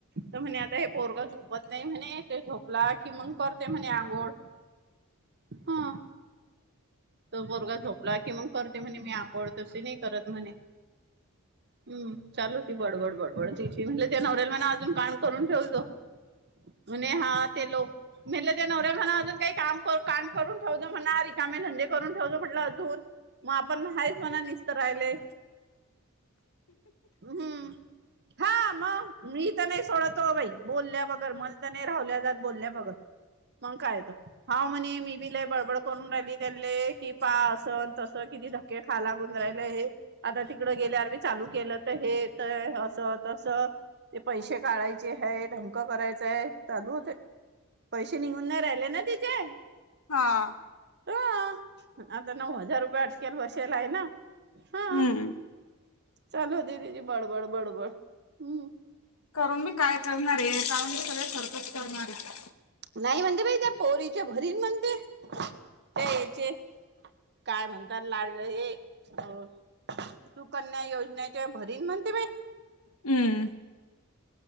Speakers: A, on the right; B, on the left.
A: तर म्हणे आता हे पोरग झोपत नाही म्हणे, तो झोपला कि मग करते म्हणे आघोळ. हा. तो बोरगा झोपला कि मग करते म्हणे मी आंघोळ तशी नाही करत म्हणे हम् चालू ती बडबड बडबड तिची म्हटले ते नवऱ्याल मना अजून कांड करून ठेवजो अ हा ते लो म्हटलं ते नवऱ्या म्हणा अजून काही काम काम करून ठेवत म्हणा रिकामे धंदे करून ठेवलो म्हटलं अजून मग आपण आहेच म्हणा निसतारायले
B: <inaudible>
A: हम्म हा मग मी तर नाही सोडतो बाई बोलल्या बगर मण तर नाही राहवल्या जात बोलल्या बगर मग काय तर हा म्हणे मी बीला बडबड करून राहिली त्यांनले कि पहा असं तसं किती खाला गुजरायला हे आता तिकड गेल्यावर मी चालू केलं तर हे तर असं तस ते पैसे काढायचे आहेत. धमका करायचाय चालू होत, पैसे निघून नाही राहिले ना तिचे
B: हां.
A: ह आता नऊ हजार रुपये अटकेल बसेल आहे ना हा
B: हम्म
A: चाल दी तिची बडबड बडबड हम्म.
B: करून मी काय करणार? का मी सगळे सरकच करणार आहे.
A: नाही म्हणते बाई त्या पोरीच्या भरीन म्हणते त्या याचे काय म्हणतात लाडलं हे हो सुकन्या योजनेच्या भरीन म्हणते बाई
B: हम्म.